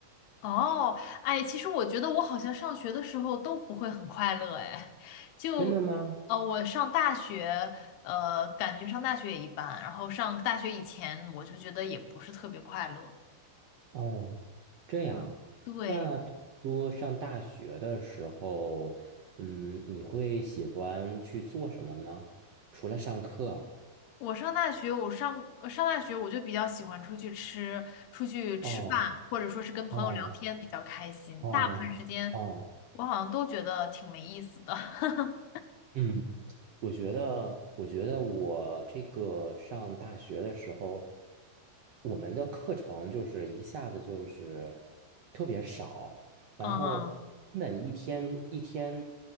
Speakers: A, on the left (about 85°); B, on the right (about 65°).
A: 哦，哎，其实我觉得我好像上学的时候都不会很快乐，哎，就
B: 真的吗？
A: 呃，我上大学，呃，感觉上大学也一般，然后上大学以前我就觉得也不是特别快乐。
B: 哦，这样。
A: 嗯，对。
B: 那比如说上大学的时候，嗯，你会喜欢去做什么呢？除了上课。
A: 我上大学，我上呃上大学我就比较喜欢出去吃，出去吃饭，
B: 哦
A: 或者说是跟朋友聊天比较开心。
B: 哦哦哦，
A: 大部分时间我好像都觉得挺没意思的。<laughs>
B: 嗯。我觉得，我觉得我这个上大学的时候，我们的课程就是一下子就是特别少，然后根本一天一天
A: 嗯